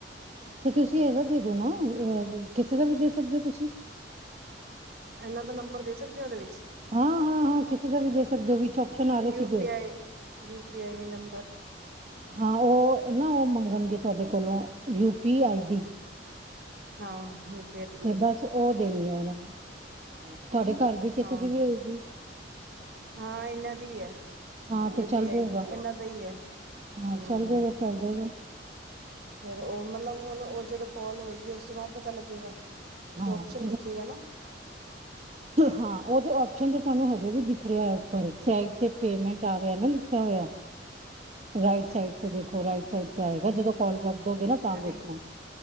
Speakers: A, on the right; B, on the right.
A: ਤੇ ਤੁਸੀਂ ਇਹਦਾ ਦੇ ਦੋ ਨਾ ਅ ਕਿਸੇ ਦਾ ਵੀ ਦੇ ਸਕਦੇ ਹੋ ਤੁਸੀਂ।
B: ਇਹਨਾਂ ਦਾ ਨੰਬਰ ਦੇ ਸਕਦੇ ਆਂ ਉਹਦੇ ਵਿੱਚ।
A: ਹਾਂ, ਹਾਂ, ਹਾਂ ਕਿਸੇ ਦਾ ਵੀ ਦੇ ਸਕਦੇ ਹੋ ਵਿੱਚ ਆਪਸ਼ਨ ਆ ਰਹੇ
B: ਯੂ
A: ਸੀਗੇ।
B: P I U P I number.
A: ਹਾਂ ਉਹ ਨਾ ਉਹ ਮੰਗਣਗੇ ਤੁਹਾਡੇ ਕੋਲੋਂ ਯੂ ਪੀ ਆਈ ਡੀ।
B: ਹਾਂ, ਬੜ
A: ਤੇ ਬਸ ਉਹ ਦੇਣੀ ਆ ਉਹਨਾ ਨੂੰ। ਤੁਹਾਡੇ ਘਰ ਦੀ ਕਿਸੇ
B: ਹਾਂ
A: ਦੀ ਵੀ ਹੋਏਗੀ।
B: ਹਾਂ, ਇਹਨਾਂ ਦੀ ਹੈ
A: ਹਾਂ
B: ਯੂ
A: ਤੇ ਚੱਲ
B: ਪੀ ਆਈ
A: ਜਾਏਗਾ
B: ਇਹਨਾਂ ਦਾ ਹੀ ਹੈ।
A: ਹਾਂ,
B: ਹਮ
A: ਚੱਲ ਜਾਏਗਾ-ਚੱਲ ਜਾਏਗਾ।
B: ਫਿਰ ਉਹ ਮਤਲਬ ਹੁਣ ਉਹ ਜਦੋਂ ਕਾਲ ਹੋਏਗੀ, ਉਸ ਤੋਂ ਬਾਅਦ ਪਤਾ ਲੱਗੇਗਾ। ਉੱਥੇ
A: ਹਾਂ।
B: ਓਪਸ਼ਨ ਦਿਖੇਗਾ ਨਾ
A: ਹਾਂ, ਉਹ ਤੇ ਆਪਸ਼ਨ ਤੇ ਤੁਹਾਨੂੰ ਹਜੇ ਵੀ ਦਿਖ ਰਿਹਾ ਹੈ। ਉੱਪਰ ਸਾਈਡ ਤੇ ਪੇਮੈਂਟ ਆ ਰਿਆ ਹੈ ਨਾ ਲਿਖਿਆ ਹੋਇਆ। ਰਾਈਟ ਸਾਈਡ ਤੇ ਦੇਖੋ, ਰਾਈਟ ਸਾਈਡ ਤੇ ਆਏਗਾ ਜਦੋਂ ਕਲ ਰੱਖ ਦੋ ਗਏ ਨਾ ਤਾਂ
B: ਅਰੇ
A: ਦੇਖਣਾ।